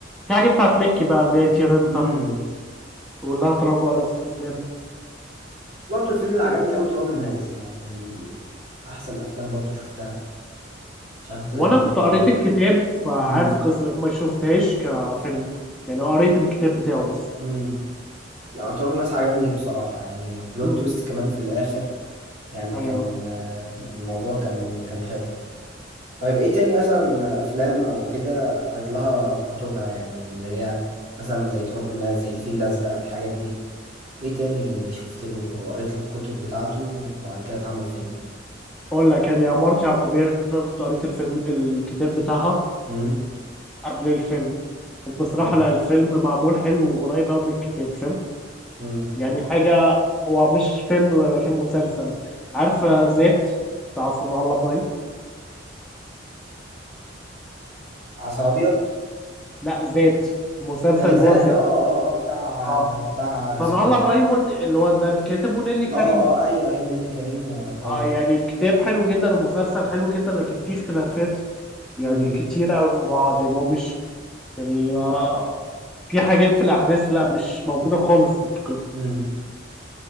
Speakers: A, in the centre; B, on the right.
A: في حاجة بتاعت ميكي بقى اللي هي تيرنتا
B: امم
A: ولا تراجع ولا استسلام
B: برضو الفيلم اللي عجبني قوي تراب الماس يعني من احسن الافلام برضو شفتها مش عارف انت
A: وانا
B: شفته
A: كنت قريت
B: ولا لا
A: الكتاب فعارف
B: امم
A: قصة ما شفتهاش كفيلم يعني قريت الكتاب بتاعه بس
B: امم لا تراب الماس عجبني بصراحة يعني بلوت
A: مم.
B: تويست كمان في الاخر يعني
A: ايوه
B: كان آه، الموضوع كان كان حلو طيب ايه تاني مثلا افلام او كده قريت لها كتبها يعني اللي هي مثلا زي تراب الماس زي الفيل الازرق الحاجات دي ايه تاني شفت له او قريت له الكتب بتاعته وبعد كده اتعمل فيلم
A: اقول لك يعني عمارة يعقوبيان انا كنت قريت الفيلم الكتاب بتاعها
B: امم
A: قبل الفيلم وبصراحة
B: حلو
A: لا الفيلم معمول حلو وقريب قوي من الكتاب فاهم
B: امم
A: يعني حاجة هو مش فيلم ولكن مسلسل عارف ذات بتاع صنع الله ابراهيم
B: عسل ابيض
A: لا ذات مسلسل
B: آه
A: اللي
B: ذات
A: هو ذات
B: اه اه اه بتاع
A: اه
B: آه بتاع
A: صنع
B: اسمه
A: الله ابراهيم ون- اللي هو ده الكاتب ونيلي كريم
B: اه اه ايوه ايوه نيللي كريم و...
A: آه
B: ايوه
A: يعني الكتاب حلو جدا ومسلسل حلو جدا لكن فيه اختلافات يعني
B: امم
A: كتيرة قوي من بعض يعني هو مش يعني آه في حاجات في الاحداث لا مش موجودة خالص في الكتاب
B: امم